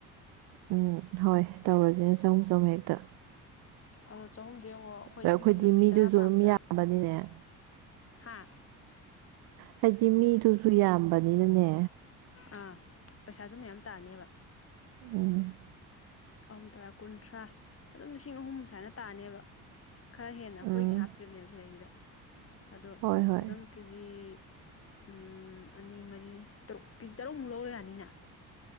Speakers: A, on the right (about 75°); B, on the left (about 40°).
A: ꯎꯝ ꯍꯣꯏ ꯇꯧꯔꯖꯤꯅꯦ ꯆꯍꯨꯝ ꯆꯍꯨꯝ ꯍꯦꯛꯇ
B: ꯑꯗꯣ ꯆꯍꯨꯝꯗꯤ ꯑꯃꯨꯛ ꯑꯩꯈꯣꯏ
A: ꯑꯗ
B: ꯏꯁꯝ
A: ꯑꯩꯈꯣꯏꯗꯤ
B: ꯁꯝꯅ
A: ꯃꯤꯗꯨꯁꯨ
B: ꯃꯤ ꯇꯔꯥ ꯄꯥꯕꯗ
A: ꯑꯗꯨꯝ ꯌꯥꯝꯕꯅꯤꯅꯦ
B: ꯍꯥ
A: ꯍꯥꯏꯗꯤ ꯃꯤꯗꯨꯁꯨ ꯌꯥꯝꯕꯅꯤꯅꯅꯦ
B: ꯑꯥ ꯄꯩꯁꯥꯁꯨ ꯃꯌꯥꯝ ꯇꯥꯅꯤꯕ
A: ꯎꯝ
B: ꯑꯍꯨꯝ ꯇꯔꯥ ꯀꯨꯟꯊ꯭ꯔꯥ ꯑꯗꯨꯝ ꯂꯤꯁꯤꯡ ꯑꯍꯨꯝ ꯁꯥꯏꯅ ꯇꯥꯅꯤꯕ ꯈꯔ ꯍꯦꯟꯅ ꯑꯩꯈꯣꯏꯒꯤ
A: ꯎꯝ
B: ꯍꯥꯞꯇ꯭ꯔꯤꯝꯅꯦꯕ ꯁꯤꯗꯩꯖꯤꯗ ꯑꯗꯣ
A: ꯍꯣꯏ ꯍꯣꯏ
B: ꯑꯗꯨꯝ ꯀꯦꯖꯤ ꯎꯝ ꯑꯅꯤ ꯃꯔꯤ ꯇꯔꯨꯛ ꯀꯦꯖꯤ ꯇꯔꯨꯛꯃꯨꯛ ꯂꯧꯔꯥ ꯌꯥꯅꯤꯅ